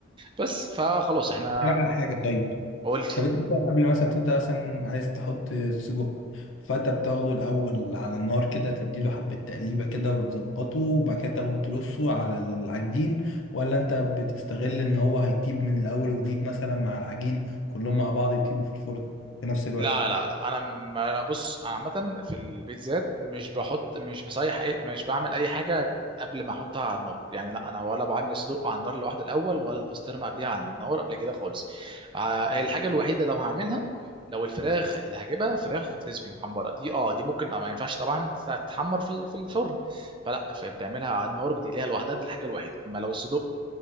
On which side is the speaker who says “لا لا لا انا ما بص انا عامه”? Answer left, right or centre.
Right